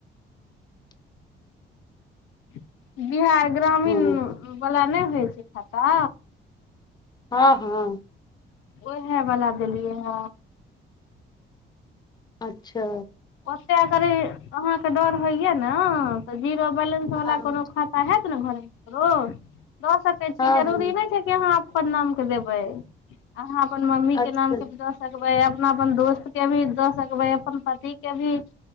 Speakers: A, on the left (about 80°); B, on the left (about 20°).
A: <inaudible> बिहार ग्रामीण
B: हँ
A: बला नहि होय खाता
B: हँ हँ
A: उहै बला देलियै ह
B: अच्छा
A: साह करी अहाँके डर होइया न जीरो बैलेंस वला
B: हँ
A: कोनो खाता है घर एकरो दऽ सकै छी
B: हँ
A: जरूरी
B: हँ
A: नहि छै कि अहाँ सब नाम के देबै अहाँ पन मम्मी
B: अच्छा
A: के नाम क भी द सकबे अपना अपन दोस्त के भी द सकबे अपन पति ठीक